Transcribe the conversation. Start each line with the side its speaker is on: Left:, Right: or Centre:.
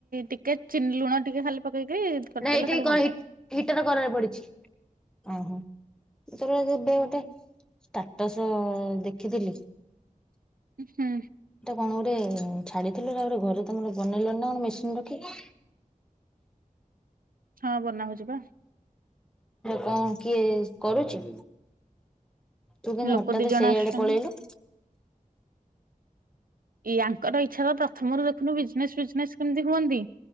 Right: ଟିକେ ଚିନି ଲୁଣ ଟିକେ ଖାଲି ପକେଇକି କରିଦେଲେ
Centre: ନାଇଁ ଏଇଠା
Right: ତାକୁ
Centre: କ
Right: ଭଲ
Centre: ହି
Right: ଲାଗେ।
Centre: ହିଟର କରରେ ପଡିଚି। ଓହୋ ତୋର ଏବେ ଗୋଟେ ଷ୍ଟାଟସ ଦେଖିଥିଲି <inaudible> ଏ
Right: ହୁଁ
Centre: ଟା କଣ ଗୋଟେ ଛାଡି ଥିଲୁ ତା ପରେ ଘରେ ତମର ବନେଇଲଣି ନା କଣ ମେସିନ ରଖିକି?
Right: ହଁ ବନା ହଉଚି ପା
Centre: କଁ କିଏ କରୁଚି ତୁ କେନ୍ତି
Right: ଲୋକ
Centre: ହଠାତ
Right: ଦି ଜଣ
Centre: ସେଇଆଡେ
Right: ଆସୁଛନ୍ତି।
Centre: ପଳେଇଲୁ
Right: ଇଆଙ୍କର ଇ ଏଛା ପ୍ରଥମରୁ ଦେଖୁନୁ ବିଜନେସ୍ ଫିଜନେସ୍ କେମିତି ରୁହନ୍ତି